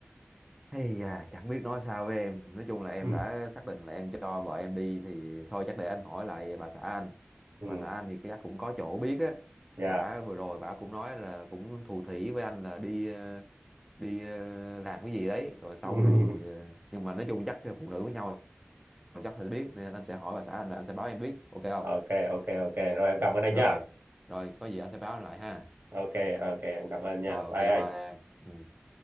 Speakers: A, in the centre; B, on the right.
A: hay à chẳng biết nói sao với em nói chung là em
B: ừ
A: đã xác định là em cho vợ em đi thì thôi chắc để anh hỏi lại bà xã anh
B: ừ
A: bà xã anh thì chắc cũng có chỗ biết á
B: dạ
A: bà vừa rồi bà cũng nói là cũng thủ thỉ với anh là đi ờ, đi ờ, làm cái gì đấy rồi xong
B: <laughs>
A: thì ờ, nhưng mà nói chung chắc phụ nữ với nhau chắc phải biết nên anh sẽ hỏi bà xã anh là anh sẽ báo em biết ok không
B: ok ok ok rồi em cảm ơn anh
A: rồi
B: nhá
A: rồi có gì anh sẽ báo anh lại ha
B: ok ok em cảm ơn nha
A: rồi ok
B: bye
A: bye
B: anh
A: em Ừ.